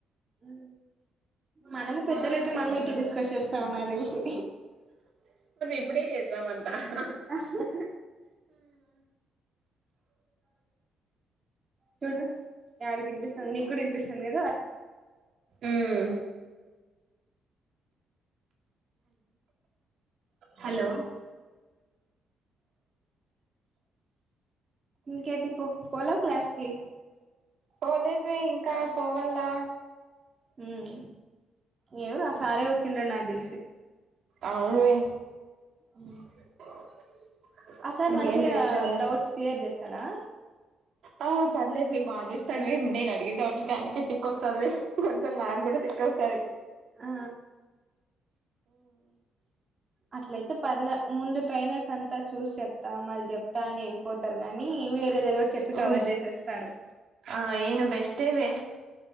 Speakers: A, on the right; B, on the right.
A: అ, మనము పెద్దలయితే మనం ఇటు డిస్కస్ చేస్తాం నకు తెలిసి,
B: ఇప్పుడే చేస్తాం అంతా హ హ,
A: అ హ చూడు యాడికి వినిపిస్తాందో నీకూడా వినిపిస్తాంది కదా,
B: ఉమ్, హల్,
A: ఇకంటి పో పోల క్లాస్కి,
B: పోలేదు వే ఇంకా పోవాలనా,
A: ఉమ్, ఎవరు ఆ సారే వచ్చిండడు నాకు తెలిసి,
B: అవునువే,
A: హు
B: <inaudible>
A: ఆ సార్
B: ఇంకేంటి
A: మంచిగా
B: విషయాలు
A: డౌట్స్ క్లియర్ చేస్తాడా,
B: ఆ పర్లేదు మే బాగా చేస్తాడు మే నేను అడిగిన డౌట్లకి ఆనకే తిక్ొస్తది. కొంచెం నాకు కూడా తిక్కొ వస్తుది.
A: ఆ అట్లయితే పర్లే ముందు ట్రైనర్స్ అంతా చూసి చెప్తా మళ్ళీ చెప్తా అని వెళ్ళిపోతా. ఇత్తారు గాని వేరేది ఏదో ఒకటి చెప్పి కవర్
B: ఉమ్
A: చేసేస్తారు.
B: ఆ ఇన్న బెస్ట్ వే,